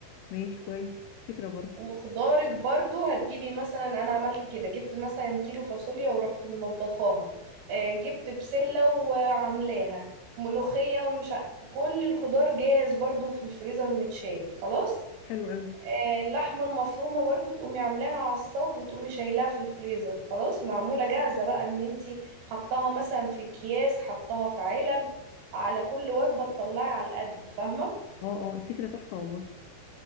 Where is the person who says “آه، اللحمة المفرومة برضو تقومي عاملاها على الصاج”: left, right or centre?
Right